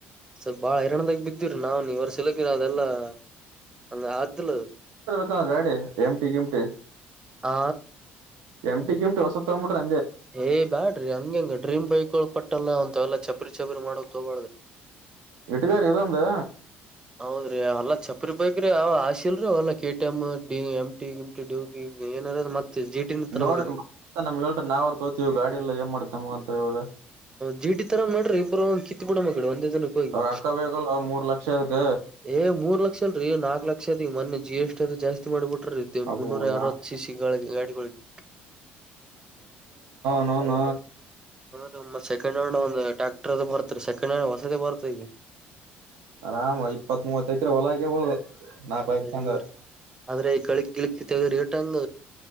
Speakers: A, on the right; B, on the right.
A: ಸ್ವಲ್ಪ ಬಾಳ ಹರಾಣದಾಗ ಬಿತ್ತು ಹ ನಾವವು ನೀ ಇವ ಸಿಲಕಿನ ಅದೆಲ್ಲಾ ಹಂಗ ಆ್ದಲ
B: ಹ ಗಾಡೆ ಎಮಟಿ ಗಿಮಟೆ
A: ಆ
B: ಎಂಟಿ ಎಂಟ ಹೊಸತ್ತಂಬಟ್ರ
A: ಏ ಬಾಡ್ರಿ ಹಂಗಂಗ ಡ್ರೀಮ್ ಬೈಕ್ ಗಳು ಕೊಟ್ಟಲ್ಲ ಅಂತವೆಲ್ಲ ಚಪ್ಪ ಚಪರಿ ಚಬರಿ ಮಾಡೋದು ಹಗಳದ್ರ
B: ಇಟ್ಗಾರಿ ಇದೊಂದು
A: ಹೌದ್ರಿ ಅಲ್ಲ ಚಪರಿ ಬೈಕ್ರಿ ಆಶಿಲ್ರಿ ಅವಲ್ಲಾ ಕೆಟಿ ಎಮ್ ಡಿ ಎಮ್ ಟ ಗಮಟಿ ಡಿವಿ ಏನಿರೋ ಮತ್ತೆ ಜಿ ಟಿ ನ ತರ್ಬೇಕ್ರಿ
B: ನೋಡ್ರಿ ನಮ್ಗೆ ಹೇಳರಿ ನಾವ್ರ ತೋತೀವಿ ಗಾಡಿ ಎಲ್ಲ ಏನ್ ಮಾಡಿತ್ ನಮಗ ಅಂತ ಇವಾಗ
A: ಜೀಟಿ ತರ ನೋರಿ ಇಬ್ರು ಕಿತ್ ಬಿಡ ಮಗಡೆ ಒಂದೇ ಹೋಗಿ
B: ಅವಾಗ ಅಕ್ಕ ಬೇಕಲ್ಲ ಮೂರ್ ಲಕ್ಷ ಅದಕ್
A: ಏ ಮೂರ್ ಲಕ್ಷ ಅಲ್ರರಿ ನಾಕ ಲಕ್ಷ ಮೊನ್ನೆ ಜಿ ಎಸ್ ಟಿ ಅದು ಜಾಸ್ತಿ ಮಾಡಿಬಿಟ್ರ
B: ಅಬೋ
A: ಮುನ್ನೂರ
B: ನಾ
A: ಅರವತ್ತು ಸಿ ಸಿಗಳಿಗೆ ಗಾಡಿಗಳಿಗೆ
B: ಹಾನ
A: ತ್ ಸೆಕೆಂಡ್ ಹ್ಯಾಂಡ್ ಒಂದ್ ಟ್ಯಾಕ್ಟರ್ ಅದ ಬರ್ತ ಸೆಕೆಂಡ್ ಹ್ಯಾಂಡ್ ಹೊಸದೇ ಬರ್ತ್ ಈಗ
B: ಆರಾಮ ಇಪ್ಪತ್ ಮೂವತ್ ಎಕರೆ ಹೊಲಗ ಹೋದು ನಾಕ
A: ಅದ
B: ಎಕರೆ
A: ಹೆಂಗ್ರ
B: ಅಂದ್ರ
A: ಆದ್ರೆ ಗಗಳಿಗ್ ಗಿ ರೇಟ್ಂಗ